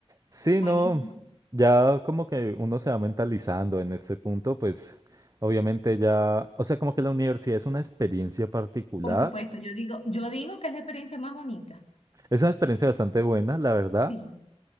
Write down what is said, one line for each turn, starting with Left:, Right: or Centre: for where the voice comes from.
Right: Sí,
Left: buenísimo.
Right: no, ya como que uno se va mentalizando en este punto, pues obviamente ya, o sea, como que la universidad es una experiencia particular,
Left: Por supuesto, yo digo, yo digo que es la experiencia más bonita.
Right: es una experiencia bastante buena, la verdad,
Left: Sí.